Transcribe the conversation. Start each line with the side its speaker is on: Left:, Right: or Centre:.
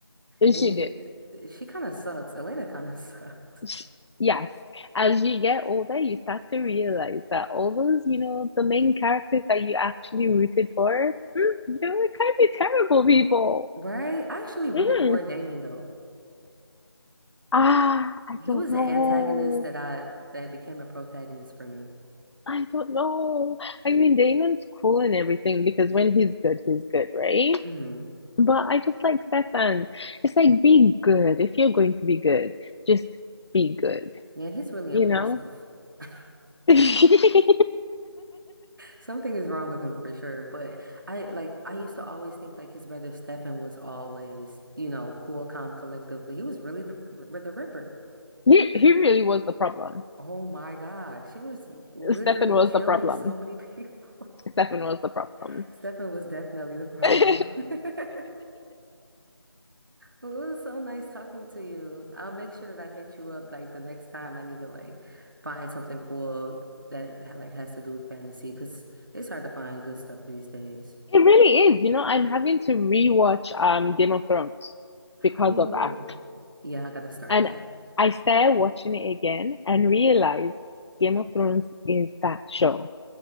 Left: And
Right: it,
Left: she did.
Right: it- she kind of sucks. Elena kind of <laughs> sucks,
Left: Sh yes. As you get older, you start to realize that all those, you know, the main characters that you actually rooted for, hmm, they were kind of terrible people.
Right: right? I actually rooted
Left: Mhm.
Right: for Damon though.
Left: Ah, I
Right: He
Left: don't
Right: was
Left: know.
Right: an antagonist that I that became a protagonist for me.
Left: I don't know. I mean, Damon's cool and everything because when he's good, he's good, right?
Right: hmm
Left: But I just like Stefan. It's like be good. If you're going to be good, just be good,
Right: Yeah, he's really
Left: you
Right: impulsive.
Left: know?
Right: <laughs>
Left: <laughs>
Right: Something is wrong with him for sure, but I like I used to always think like his brother Stefan was always, you know, cool, calm, collective, but he was really the Ripper- the Ripper.
Left: He he really was the problem.
Right: Oh my gosh, he was literally
Left: Stefan was
Right: killing
Left: the problem.
Right: so many people.
Left: Stefan was the problem.
Right: <laughs> Stefan was definitely the problem.
Left: <laughs>
Right: <laughs> Well, it was so nice talking to you. I'll make sure that I hit you up like the next time I need to like find something cool that ha- like has to do with fantasy because it's hard to find good stuff these days.
Left: It really is. You know, I'm having to rewatch um Game of Thrones because
Right: Oh,
Left: of that.
Right: yeah, I gotta start
Left: And
Right: that.
Left: I started watching it again and realized Game of Thrones is that show.